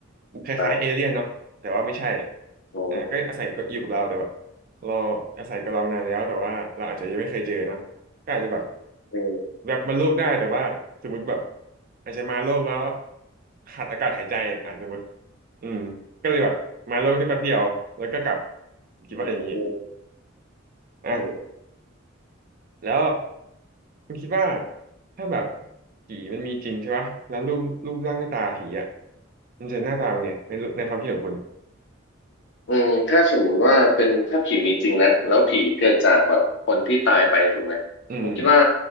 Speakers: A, on the right (about 45°); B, on the left (about 65°).
A: คล้ายๆเอเลี่ยนเนาะแต่ว่าไม่ใช่
B: ใช่โอ้
A: อ่าก็อาศัยก็อยู่กับเราแต่แบบเราอาศัยกับเรานานแล้วแต่ว่าเราอาจจะยังไม่เคยเจอเนอะ ก็อาจจะแบบ
B: เออ
A: แวบมาโลกได้แต่ว่าสมมติแบบอาจจะมาโลกแล้วขาดอากาศหายใจอ่ะสมมติอืมก็เลยแบบมาโลกได้แป๊บเดียวแล้วก็กลับคิดว่าอย่างนี้
B: เออเออ
A: อ่ะ
B: เออ
A: แล้วคุณคิดว่าถ้าแบบผีมันมีจริงใช่ปะแล้วรูปรูปร่างหน้าตาผีอ่ะมันจะหน้าตาเป็นไงในในความคิดของคุณ
B: อืมถ้าสมมติว่าเป็นถ้าผีมีจริงนะแล้วผีเกิดจากแบบคนที่ตายไปถูกไหมผมคิดว่า
A: อืม